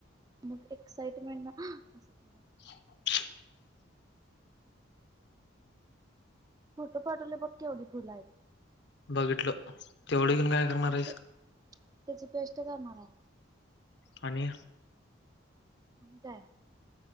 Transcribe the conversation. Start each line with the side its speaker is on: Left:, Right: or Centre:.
Right: मग एक्साइटमेंट न आं असं केलं
Left: <inaudible>
Right: फोटो पाठवलंय बघ केवढी फुल आहेत
Left: बघितल तेवढं <unintelligible>
Right: मग
Left: आहेस
Right: ते त्याची पेस्ट करणार हाय
Left: आणि
Right: आणि काय